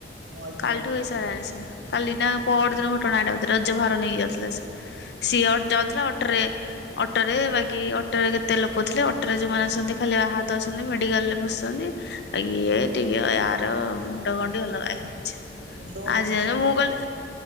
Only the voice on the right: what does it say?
ମୁଁ ଆଜି
ଜାଣିଛି
ମୁଣ୍ଡ ବିନ୍ଧୁଛି
କିନ୍ତୁ